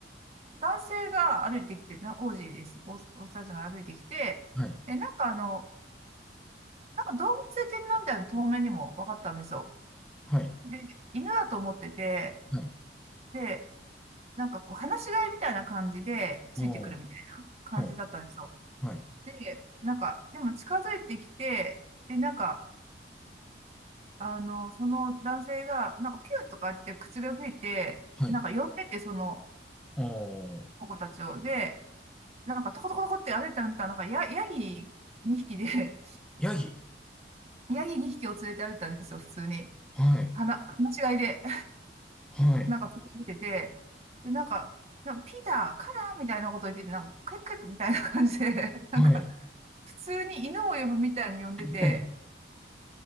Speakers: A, on the right; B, in the centre.
A: 男性が歩いてきて、な、オージーです。オーオーストラリアんが歩いてきて、
B: はい。
A: で、なんかあの、なんか動物園なみたいなの透明にも分かったんですよ。
B: はい。
A: で、犬だと思ってて、
B: はい。
A: で、なんかこう、放し飼いみたいな感じで、ついてくるみたいな感じだったんですよ。
B: あーはい。はい。
A: で、なんか、でも近づいてきて、で、なんか、あの、その男性が、なんかピューとか言って口笛吹いて、
B: はい。
A: なんか呼んでって、その
B: あー
A: 子たちを。で、なんかトコトコトコって歩いてみたらなんかヤ、ヤギ2匹で、<laughs>
B: ヤギ。
A: ヤギ2匹を連れて歩いたんですよ、普通に。
B: はい。
A: はな、放し飼いで。
B: はい。
A: なんか作ってて、で、なんか、なんかピーターかなみたいなこと言ってて、なんか、クイックイックみたいな感じで、<laughs>
B: はい。
A: なんか、普通に犬を呼ぶみたいに呼んでて、
B: はい。